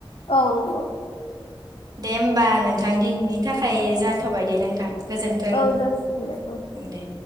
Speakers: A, on the left; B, on the right.
A: औ नंगौ।
B: दे होमबा नोंथां दिनैनि थाखा खाय जाथ'बाय दे नोंथां। गोजोन्थों
A: औ जासिगोनदे ओं ।
B: दे